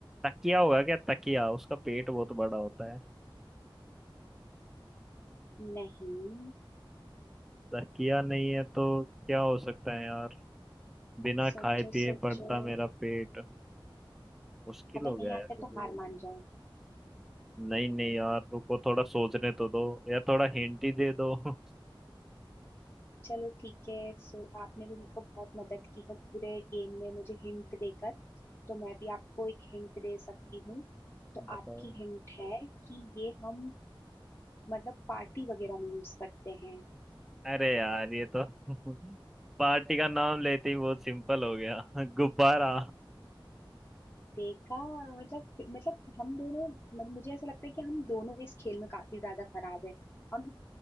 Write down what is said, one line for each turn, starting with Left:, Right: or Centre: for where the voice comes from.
Centre: तकिया होगा क्या तकिया उसका पेट बहुत बड़ा होता है
Left: नहीं
Centre: तकिया नहीं है तो क्या हो सकता है यार बिना
Left: सोचो
Centre: खाए पिए
Left: सोचो
Centre: बढ़ता मेरा पेट मुश्किल
Left: अगर
Centre: हो
Left: नहीं
Centre: गया
Left: आता
Centre: यार ये
Left: तो
Centre: तो
Left: हार मान जाओ
Centre: नहीं नहीं यार रुको थोड़ा सोचने तो दो या थोड़ा हिंट ही दे दो <laughs>
Left: चलो ठीक है सो आपने भी मेरे को बहुत मदद की है पूरे गेम में मुझे हिंट देकर तो मैं भी आपको एक हिंट दे सकती हूँ तो
Centre: बताओ
Left: आपकी हिंट है कि ये हम मतलब पार्टी वगैरह में यूज करते हैं
Centre: अरे यार ये तो <laughs> पार्टी का नाम लेते ही बहुत सिंपल हो गया <laughs> गुब्बारा
Left: देखा मतलब मतलब हम दोनों मतलब मुझे ऐसा लगता है कि हम दोनों इस खेल में काफी ज्यादा खराब है हम